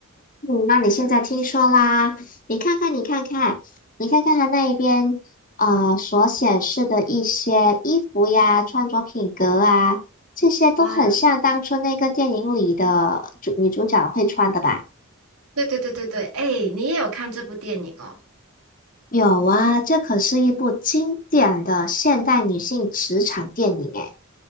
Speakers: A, on the left; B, on the right.
A: 嗯，那你现在听说啦？你看看，你看看，你看看他那一边，呃，所显示的一些衣服呀、穿着品格啊，这些都很像当初那个电影里的主女主角会穿的吧？
B: 哇，对对对对对，哎，你也有看这部电影哦？
A: 有啊，这可是一部经典的现代女性职场电影诶。